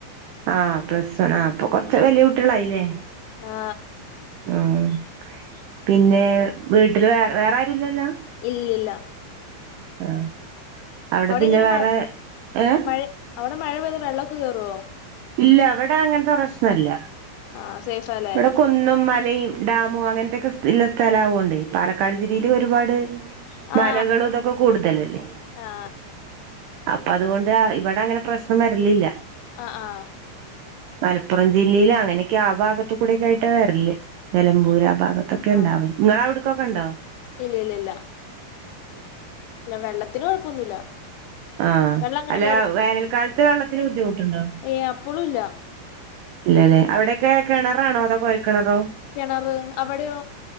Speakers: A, on the right (about 85°); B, on the left (about 80°).
A: ആഹ് പ്ലസ് വൺ ആഹ് അപ്പൊ കൊറച്ച് വലിയ കുട്ട്യാളായില്ലേ.
B: ആ
A: ഉമ് പിന്നെ വീട്ടില് വേ വേറെ ആരുല്ലല്ലോ.
B: ഇല്ലില്ല.
A: ആഹ് അവിടെ പിന്നെ
B: എങ്ങനെ
A: വേറെ
B: മഴ
A: ഏഹ്.
B: മഴ അവിടെ മഴ പെയ്ത് വെള്ളൊക്കെ കേറോ.
A: ഇല്ല ഇവിടെ അങ്ങനത്തെ പ്രശ്നല്ല.
B: ആഹ് സേഫാല്ലേ.
A: ഇവിടെ കുന്നും മലയും ഡാമും അങ്ങനത്തെക്കെ ഉള്ള സ്ഥലവോണ്ട് പാലക്കാട് ജില്ലില് ഒരുപാട്. മലകളും
B: ആ
A: ഇതൊക്കെ കൂടുതലല്ലേ.
B: ആ
A: അപ്പൊ അതു കൊണ്ട് ഇവിടെ അങ്ങനെ പ്രശ്നം വരലില്ല.
B: ആഹ് ആഹ്
A: മലപ്പുറം ജില്ലില് അങ്ങനെയൊക്കെ ആ ഭാഗത്ത കൂടെക്കെ ആയിട്ടാ വര്ല്. നിലമ്പൂര് ആ ഭാഗത്തൊക്കെ
B: ആ
A: ഉണ്ടാവല് നിങ്ങള അവിട് ക്കൊക്കെ ഉണ്ടോ.
B: ഇല്ല ഇല്ല ഇല്ല ഇല്ല വെള്ളത്തിന് കൊഴപ്പൊന്നുല്ല.
A: ആഹ്
B: വെള്ളം അങ്ങനെ
A: അല്ല വേനൽക്കാലത്ത് വെള്ളത്തിന് ബുദ്ധിമുട്ടുണ്ടോ?
B: ഏഹ് അപ്പളും ഇല്ല.
A: ഇല്ലല്ലെ അവിടെയൊക്കെ കെണറാണോ അതോ കോഴൽ കെണറോ.
B: കെണറ് അവിടെയോ?